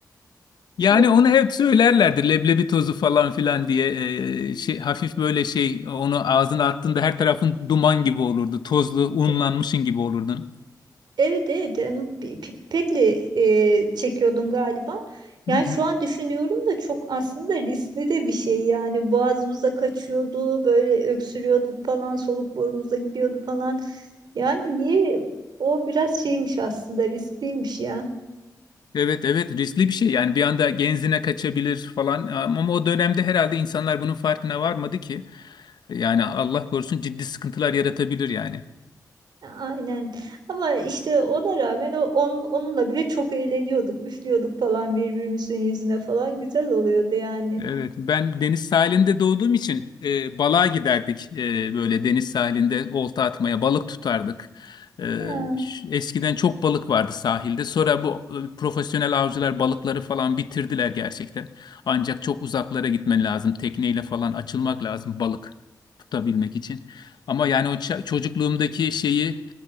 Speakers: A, on the left; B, on the right.
A: Yani
B: <laughs> Ya,
A: onu hep söylerlerdi leblebi tozu falan filan diye Ee, şey, hafif böyle şey onu ağzına attığında her tarafın duman gibi olurdu. Tozlu unlanmışın
B: e,
A: gibi olurdun.
B: Evet, evet. Yani o pi- pipetle e, çekiyordun galiba. Yani
A: Hı hı.
B: şu an düşünüyorum da çok aslında riskli de bir şey. Yani boğazımıza kaçıyordu, böyle öksürüyorduk falan, soluk borumuza gidiyordu falan. Yani niye? O biraz şeymiş aslında, riskliymiş ya.
A: Evet evet riskli bir şey yani bir anda genzine kaçabilir falan ama o dönemde herhalde insanlar bunun farkına varmadı ki. Yani Allah korusun ciddi sıkıntılar yaratabilir yani.
B: Aynen. Ama işte ona rağmen o on, onunla bile çok eğleniyorduk. Üflüyorduk falan birbirimizin yüzüne falan güzel oluyordu yani.
A: Evet, ben deniz sahilinde doğduğum için e, balığa giderdik E, böyle deniz sahilinde olta atmaya balık tutardık. E,
B: Ya
A: ş- eskiden çok balık vardı sahilde. Sonra bu e, profesyonel avcılar balıkları falan bitirdiler gerçekten. Ancak çok uzaklara gitmen lazım. Tekneyle falan açılmak lazım balık tutabilmek için. Ama yani o ça- çocukluğumdaki şeyi